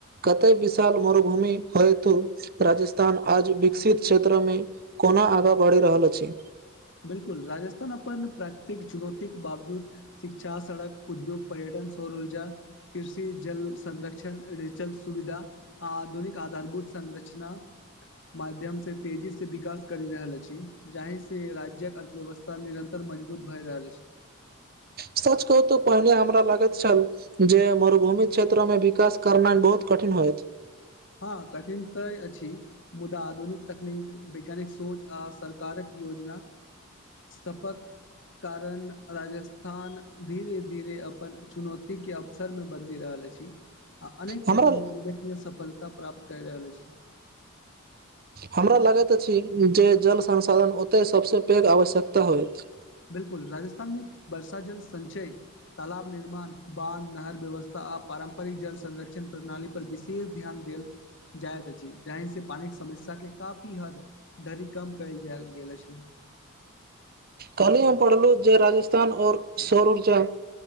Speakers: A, on the right (about 45°); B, on the left (about 55°).
A: कते विशाल मरुभूमि होयतो राजस्थान आज विकसित क्षेत्रमे कोना आगा बढ़ि रहल अछि
B: बिल्कुल राजस्थान अपन प्राकृतिक चुनौतीेक बावजूद शिक्षा, सड़क, उद्योग, पर्यटन, सौर ऊर्जा कृषि, जल संरक्षण, रेचल सुविधा आधुनिक आधारभूत संरचना माध्यम से तेजी से विकास करि रहल अछि जाहिंसे राज्य कअर्थव्यवस्था निरन्तर मजबूत भऽ रहल अछि
A: सच कहू तो पहिने हमरा लागैत छल जे मरुभूमि क्षेत्र मे विकास करनाइ बहुत कठिन होयत
B: हँ कठिन तय अछि मुदा आधुनिक तकनीक, वैज्ञानिक सोच आ सरकारक योजना सपक कारण राजस्थान धीरे धीरे अपन चुनौतीेके अव सर मे बदलि रहल अछि आ अनेक
A: हमरा
B: क्षेत्र मे उल्लेखनीय सफलता प्राप्त करि रहल अछि।
A: हमरा लागैत अछि जे जल संसाधन ओतय सभसे पैघ आवश्यकता होइत
B: बिल्कुल राजस्थान मे वर्षा जल संचय तालाब निर्माण, बांध, नहर व्यवस्था आ पारंपरिक जल संरक्षण प्रणाली पर विशे शेष ध्यान देल जाइत अछि जाहि से पानिक समस्या के काफी हद धरि कम कयल जैल गेल अछी
A: कल्हि हम पढ़लु जे राजस्थान और सौर उर्जा